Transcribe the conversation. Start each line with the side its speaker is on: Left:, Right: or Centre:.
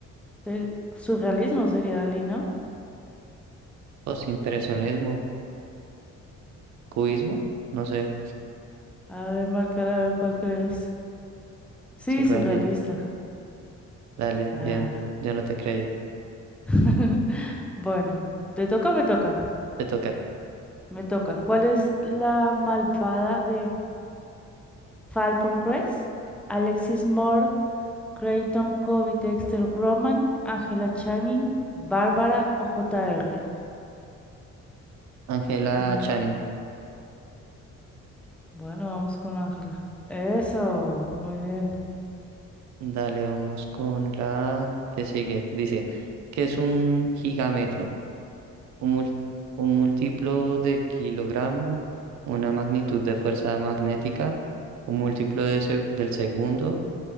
Centre: Te- Surrealismo sería Dalí, ¿no?
Right: O impresionismo, cubismo, no sé,
Centre: A ver, marcar, a ver cuál crees. Sí,
Right: surrealismo.
Centre: surrealista.
Right: Dale,
Centre: Ah.
Right: bien, yo no te creí.
Centre: <laughs> Bueno, ¿te toca o me toca?
Right: Te toca.
Centre: Me toca. ¿Cuál es la malvada de Falcon Crest? Alexis Creighton, Kobe, Dexter Roman, Angela Channing, Bárbara o JR.
Right: Angela
Centre: Mm,
Right: Channing.
Centre: Bueno, vamos con Ángela. Eso, muy bien.
Right: Dale, vamos con la que sigue. Dice, ¿qué es un gigametro? Un, mul- un múltiplo de kilogramo, una magnitud de fuerza magnética, un múltiplo de se- del segundo,